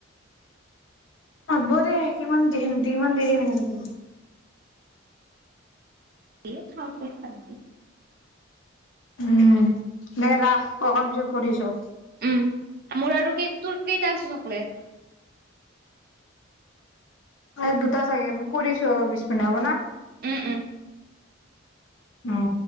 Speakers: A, on the left (about 70°); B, on the right (about 50°).
A: মাতব দে কিমান যিমান দেৰি থ <unintelligible>
B: এ থ থ থ
A: উম দে ৰাস অকমান পিছত কৰিছোঁ
B: উম মোৰ আৰু কেই তোৰ কেইটা আছে চকলেট
A: আৰু দুটা চাগে কৰিছোঁ আৰু বিশ মিনিট হ'ব না
B: উম উম
A: অ